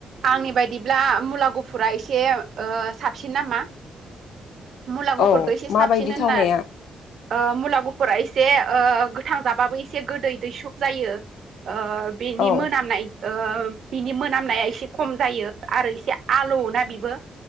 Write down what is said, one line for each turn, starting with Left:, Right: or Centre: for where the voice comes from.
Right: आंनि बायदिब्ला मुला गुफुरा एसे साबसिन नामा। मुला गुफुरफोरखो
Left: औ
Right: एसे साबसिन
Left: माबायदि
Right: होनना
Left: थावनाया
Right: ओ मुला गुफुरा एसे ओ गोथां जाबाबो एसे गोदै दैसुब जायो। ओ बेनि
Left: औ
Right: मोनामनाय ओ बिनि मोनामनाया एसे खम जायो आरो इसे आलौ ना बियो